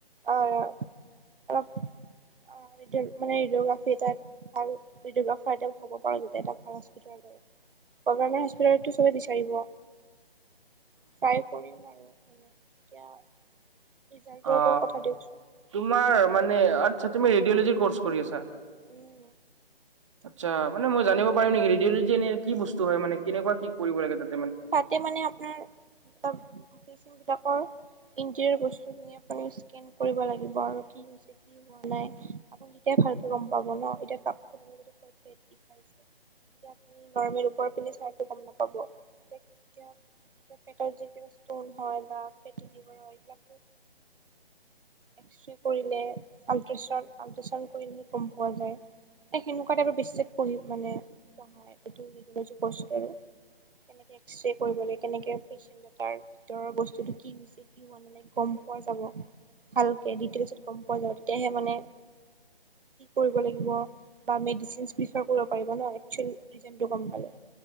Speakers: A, on the right (about 60°); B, on the right (about 30°).
A: অ অলপ। <unintelligible> অ মানে ৰেডিঅ'গ্ৰাফি তাৰ ভাল ৰিডিঅ'গ্ৰাফাৰ এটা হ'ব পাৰোঁ যাতে এটা ভাল হস্পিটেলত আৰু গভৰমেণ্ট হস্পিটেলতো চবে বিচাৰিব। চাই কৰিম আৰু এনে এতিয়া। ৰিজাল্টৰ
B: অ
A: ওপৰত কথা দিয়কচোন
B: তোমাৰ মানে আচ্ছা তুমি ৰেডিঅ'লজিৰ। কৰ্চ কৰি আছা।
A: উম।
B: আচ্ছা মান মই জানিব পাৰিম নেকি ৰেডিঅ'লজি, এনে কি বস্তু হয় মানে কেনেকুৱা কি কৰিব লাগে তাত।
A: তাতে মানে আপোনাৰ অপাৰেছন বিলাকৰ। ইণ্টেৰিয়াৰ বস্তুখিনি আপুনি স্কেন। কৰিব লাগিব আৰু কি হৈছে কি হোৱা নাই, আপুনি এতিয়া ভালকে গম পাব ন এতিয়া কাপোৰ খুলিব যদি। পেট বিষাইছে এতিয়া আপুনি নৰমেল ওপৰত পিনে ছোৱাটো গম নাপাব। এতিয়া এতিয়া পেটত ষ্টন হয় বা ফেটিভাৰ হয় এইবিলাক। এক্সৰে কৰিলে আল্ট্ৰাচাউণ্ড আল্ট্ৰাচাউণ্ড কৰিলেহে গম পোৱা যায়। এ সেনেকুৱা টাইপৰ বিশ্ব পঢ়ি মানে পঢ়াই এইটো ৰেডিঅলজী কৰ্চটো আৰু। এক্সৰে কৰিবলে কেনেকৈ পেচেণ্ট এটাৰ তেওঁৰ, বস্তুটো কি হৈছে কি হোৱা ন নাই গম পোৱা যাব। ভালকে ডিটেইলছত গম পোৱা যাব তেতিয়াহে মানে। কৰিব লাগিব বা মেডিচিন প্ৰেফেৰ কৰিব পাৰিব একচুৱেল ৰিজেনটো গম পালে।